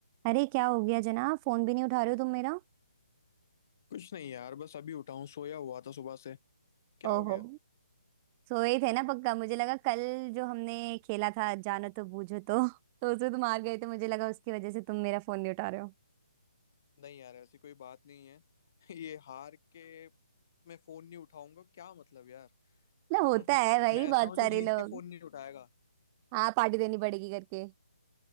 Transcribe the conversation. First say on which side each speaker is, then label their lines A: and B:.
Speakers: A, on the right; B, on the left.
A: अरे क्या हो गया जनाब फोन भी नहीं उठा रहे हो तुम मेरा
B: कुछ नहीं यार बस अभी उठा हूँ सोया हुआ था सुबह से क्या हो
A: ओहो
B: गया
A: सोए थे ना पक्का मुझे लगा कल जो हमने खेला था जानो तो बूझो तो तो उसमें तुम हार गए थे मुझे लगा उसकी वजह से तुम मेरा फोन नहीं उठा रहे हो
B: नहीं यार ऐसी कोई बात नहीं है <laughs> ये हार के मैं फोन नहीं उठाऊंगा क्या मतलब यार
A: ना होता
B: <laughs>
A: है भाई
B: मैं
A: बहुत
B: ऐसा हूँ जो
A: सारे
B: जीत
A: लोग
B: के फोन नहीं उठाएगा
A: हाँ पार्टी देनी पड़ेगी करके